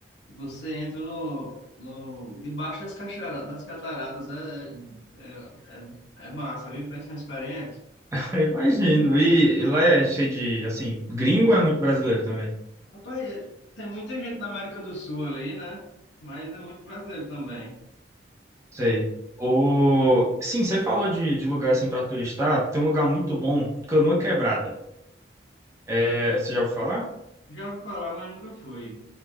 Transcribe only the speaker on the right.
<laughs> Imagino. E, e lá é cheio de, assim, gringo ou é muito brasileiro também?
Sei. O... Sim, você falou de, de lugar assim para turistar. Tem um lugar muito bom, Canoa Quebrada. É, você já ouviu falar?